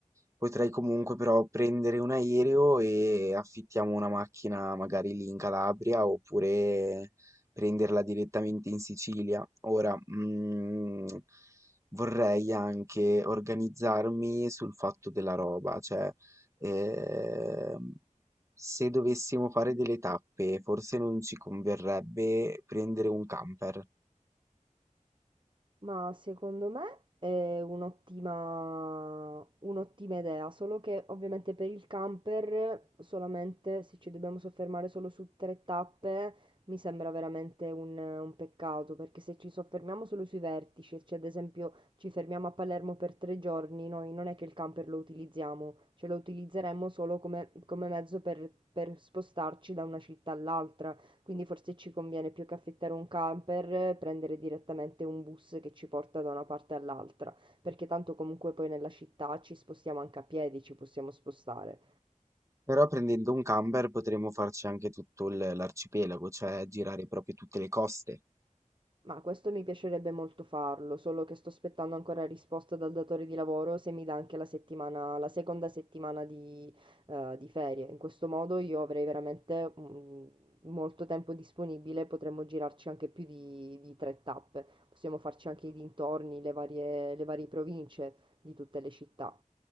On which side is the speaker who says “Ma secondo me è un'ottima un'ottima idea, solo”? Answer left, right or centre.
Right